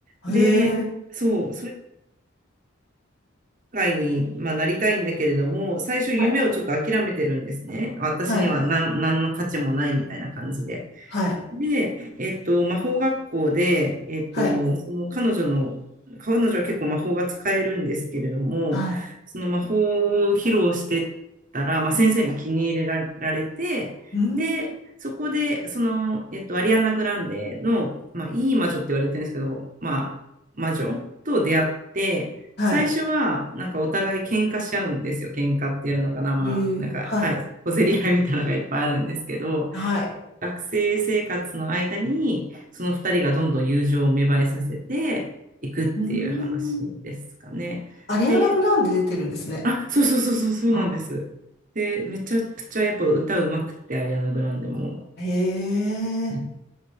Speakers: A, on the right; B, on the left.
A: で、
B: へえ。
A: そう、そ界に、まあ、なりたいんだけれども、最初夢をちょっと諦めてるんですね。
B: はい。
A: 私には何、
B: はい。
A: 何の価値もないみたいな感じで。
B: はい。
A: で、えっと、魔法学校で、えっと、
B: はい。
A: その彼女の、彼女は結構魔法が使えるんですけれども、
B: はい。
A: その魔法を披露してたら、まあ、先生に気に入れらられて、
B: うーん。
A: で、そこで、その、えっと、アリアナ・グランデの、まあ、いい魔女って言われてるんですけど、まあ、魔女と出会って、
B: はい。
A: 最初は、なんかお互い喧嘩しちゃうんですよ。喧嘩っていうのかな、まあ、
B: へえ。
A: なんか、
B: はい。
A: はい、小競り合いみたいなのがいっぱいあるんですけど、
B: はい。
A: 学生生活の間に、その2人がどんどん友情を芽生えさせていくっていう話ですかね。
B: うーん。アリアナ・
A: で、
B: グランデ出てるんですね。
A: あ、そうそうそうそうそうなんです。
B: あ。
A: で、めちゃくちゃやっぱ歌うまくって、アリアナ・グランデも。
B: へえ。
A: うん